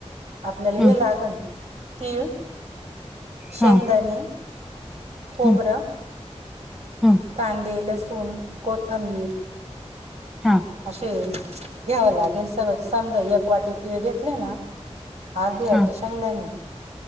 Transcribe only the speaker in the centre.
हं,
हं,
हं, हं,
हा
हा